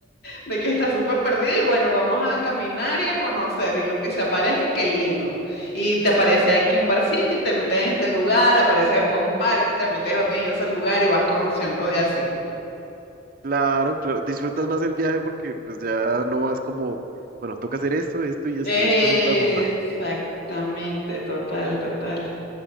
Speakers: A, on the left (about 50°); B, on the right (about 45°).
A: de que está súper perdida y bueno, vamos a caminar y a conocer y lo que se aparezca, qué lindo. Y te aparece aquí un barcito y te metes en este lugar, aparece después un parque y te metes ot- en ese lugar y vas conociendo de así.
B: Claro, claro, disfrutas más el viaje porque pues ya no vas como, bueno, toca hacer esto, esto y esto,
A: Exactamente,
B: esta es la ruta.
A: total, total.